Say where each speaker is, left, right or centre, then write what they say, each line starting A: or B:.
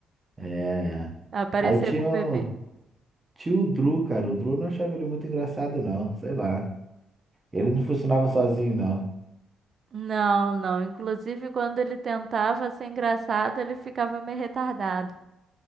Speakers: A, on the right; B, on the right.
A: É.
B: Aparecer
A: Aí tinha,
B: com um bebê.
A: o- tinha o Drew, cara. O Drew eu não achava ele muito engraçado, não. Sei lá. Ele não funcionava sozinho, não.
B: Não, não. Inclusive, quando ele tentava ser engraçado, ele ficava meio retardado.